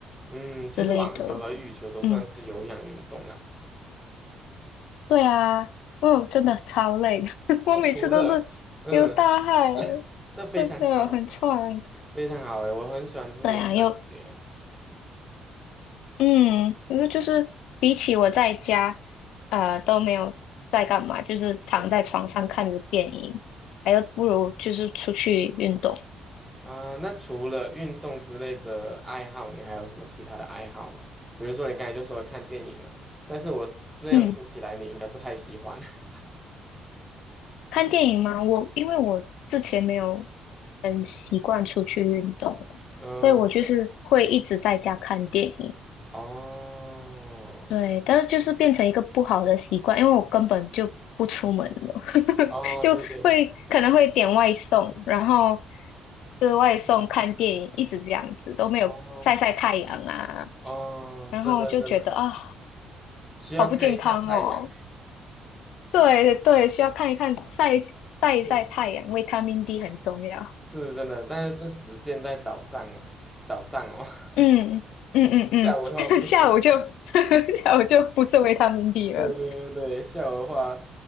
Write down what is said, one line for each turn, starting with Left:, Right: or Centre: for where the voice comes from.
Centre: 嗯，其实网球和羽球都算是有氧运动啦。
Left: 之类的。嗯，对啊，哦，真的超累的，
Centre: 嗯
Left: <laughs> 我每次都是
Centre: 那除了嗯，
Left: 流大汗，
Centre: 那非常好诶，
Left: 真的很喘。
Centre: 非常好诶，我很喜欢这种感觉。
Left: 对啊，又。嗯，因为就是比起我在家，呃，都没有在干嘛，就是躺在床上看着电影，
Centre: 对。
Left: 还有不如就是出去运动。
Centre: 啊，那除了运动之类的爱好，你还有什么其他的爱好吗？比如说你刚才就说看电影嘛，但是我这样听起来你应该不太喜欢。
Left: 嗯，
Centre: <laughs>
Left: 看电影嘛，我因为我之前没有很习惯出去运动，
Centre: 嗯，
Left: 所以我就是会一直在家看电影。
Centre: 哦，
Left: 对，但是就是变成一个不好的习惯，因为我根本就不出门了，<laughs>
Centre: 哦，
Left: 就会可能会点外送，
Centre: 对对，
Left: 然后吃外送、看电影，一直这样子，都没有晒晒太阳啊，
Centre: 哦，哦，
Left: 然后就觉得啊，
Centre: 真的真的需要看一看太阳，
Left: 好不健康哦。对对对，需要看一看晒晒一晒太阳，
Centre: <laughs> 嗯
Left: 维他命 D 很重要。
Centre: 是真的，但是这只限在早上，早上哦，<laughs>
Left: 嗯嗯嗯
Centre: 下午的话不行的。
Left: 嗯，<laughs> 下午就
Centre: <laughs>
Left: <laughs> 下午就不是维他命 D
Centre: 对对对，
Left: 了。
Centre: 下午的话